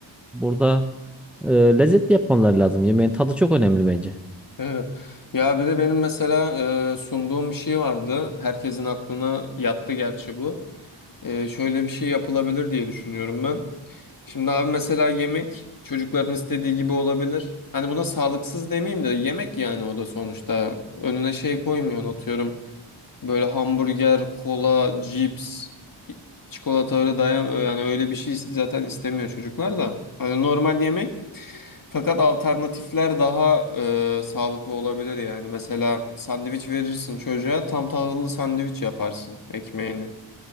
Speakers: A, in the centre; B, on the left.
A: burada e, lezzetli yapmaları lazım. Yemeğin tadı çok önemli bence.
B: Evet. Ya bir de benim mesela e, sunduğum bir şey vardı. Herkesin aklına yattı gerçi bu. E, şöyle bir şey yapılabilir diye düşünüyorum ben. Şimdi abi mesela yemek çocukların istediği gibi olabilir. Hani buna sağlıksız demeyeyim de yemek yani o da sonuçta. Önüne şey koymuyorsun atıyorum. Böyle hamburger, kola, cips, çikolata öyle dayan yani öyle bir şey zaten istemiyor çocuklar da. Hani normal yemek fakat alternatifler daha e, sağlıklı olabilir yani. Mesela sandviç verirsin çocuğa tam tahıllı sandviç yaparsın ekmeğini.